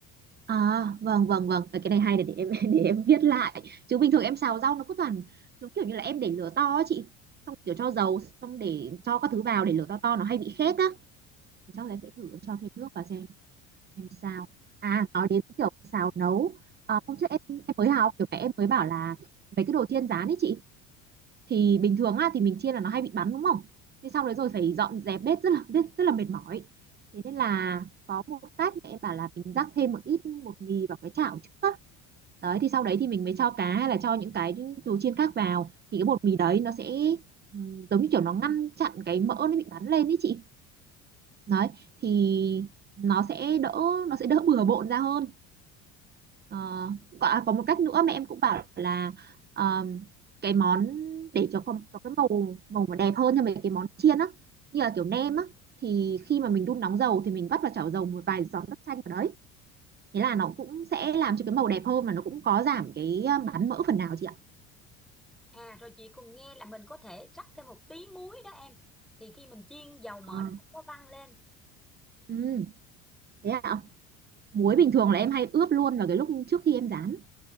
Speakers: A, on the right; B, in the centre.
A: À, vâng vâng vâng, Ờ, cái này hay này để em <laughs> để em viết lại. Chứ bình thường em xào rau nó cứ toàn giống kiểu như là em để lửa to á chị, xong kiểu cho dầu, xong để cho các thứ vào để lửa to to nó hay bị khét á. Thì chắc là em sẽ thử em cho thêm nước vào xem em sao. À, nói đến kiểu xào nấu, à hôm trước em em mới học kiểu mẹ em mới bảo là mấy cái đồ chiên rán ấy chị thì bình thường á thì mình chiên là nó hay bị bắn đúng không thế xong đấy rồi phải dọn dẹp bếp rất là bếp rất là mệt mỏi thế nên là có một cách mẹ em bảo là mình rắc thêm một ít bột mì vào cái chảo trước á đấy thì sau đấy thì mình mới cho cá hay là cho những cái đồ chiên khác vào thì cái bột mì đấy nó sẽ ừm, giống như kiểu nó ngăn chặn cái mỡ nó bị bắn lên ý chị đấy thì nó sẽ đỡ nó sẽ đỡ bừa bộn ra hơn Ờ, có à, có một cách nữa mà em cũng bảo là ờm, cái món để cho con có cái màu màu mà đẹp hơn cho mấy cái món chiên á như là kiểu nem á thì khi mà mình đun nóng dầu thì mình vắt vào chảo dầu một vài giọt nước chanh vào đấy thế là nó cũng sẽ làm cho cái màu đẹp hơn và nó cũng có giảm cái à, bán mỡ phần nào chị ạ
B: À rồi chị còn nghe là mình có thể rắc thêm một tí muối đó em. Thì khi mình chiên dầu mỡ
A: Ờ,
B: nó không có văng lên.
A: ừ, thế ạ muối bình thường là em hay ướp luôn vào cái lúc trước khi em rán